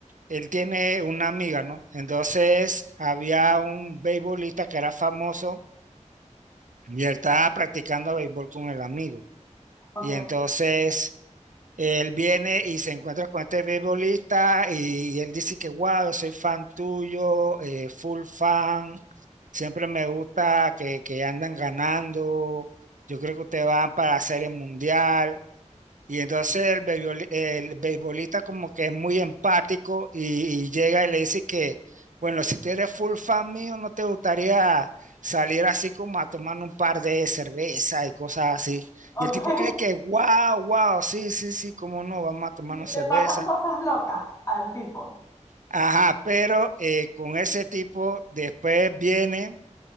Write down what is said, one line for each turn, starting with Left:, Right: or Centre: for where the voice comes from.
Right: él tiene una amiga, ¿no? Entonces, había un beisbolista que era famoso y él estaba practicando béisbol con el amigo.
Left: ok,
Right: Y entonces él viene y se encuentra con este beisbolista y, y él dice que, wow, yo soy fan tuyo, eh, full fan, siempre me gusta que, que andan ganando, yo creo que ustedes van para la Serie Mundial. Y entonces el, beisboli- el beisbolista como que es muy empático y, y llega y le dice que, bueno, si tú eres full fan mío, ¿no te gustaría salir así como a tomar un par de cerveza y cosas así?
Left: ok.
Right: Y el tipo cree que, wow, wow, sí, sí, sí, cómo no, vamos a tomarnos
Left: Sí,
Right: cerveza.
Left: le pasan cosas locas al tipo.
Right: Ajá, pero eh, con ese tipo después viene,